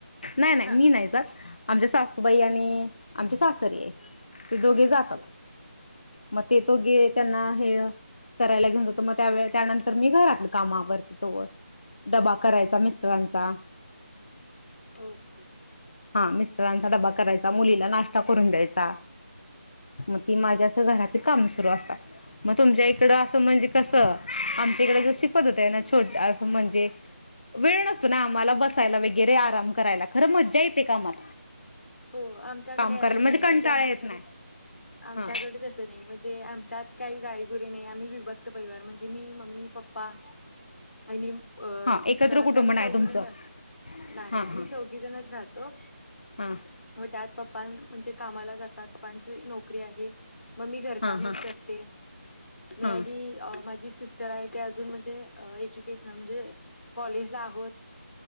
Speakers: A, on the left (about 40°); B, on the left (about 80°).
A: नाही नाही
B: हा
A: मी नाही जात आमच्या सासूबाई आणि आमची सासरे आहे ते दोघे जातात
B: ओके
A: मग ते तो गे त्यांना हे करायला घेऊन जातो मग त्यावेळेला त्यानंत तर मी घरातलं काम आवरती तोवर, डबा करायचा मिस्टरांचा
B: ओके
A: हा मिस्टरांचा डबा करायचा मुलीला नाश्ता करून द्यायचा, मग ती माझ्या अस घरातील काम सुरू असतात. मग तुमच्या ए इकड असं म्हणजे कसं आमच्या इकडे जशी पद्धत आहे ना छोट असं म्हणजे वेळ नसतो ना आम्हाला बसायला वगेरे आराम करायला. खरं मज्जा येते कामात.
B: हो आमच्याकडे
A: काम करायला
B: असं नाही
A: कंटाळा
B: म्हणजे आमच्याकडे
A: येत नाही
B: आमच्याकडेच
A: हा
B: असं नाही म्हणजे आमच्यात काही गाई गुरी नाही आम्ही विभक्त परिवार म्हणजे मी म्ह म्मी पप्पा आणि
A: हा
B: सिस्टर
A: एकत्र
B: असे
A: कुटुंब
B: आम्ही
A: नाही
B: चौघ
A: तुमचं
B: जण राहतो. नाही,
A: हा हा
B: आम्ही चौघी जणच राहतो.
A: हा
B: त्यात पप्पा म्हणजे कामाला जातात पप्पांची नोकरी आहे. मग मी घरकामच
A: हा हा
B: करते मी
A: हा
B: आणि माझी सिस तर आहे ते अजून म्हणजे एज्युकेशनल म्हणजे कॉलेजला आहोत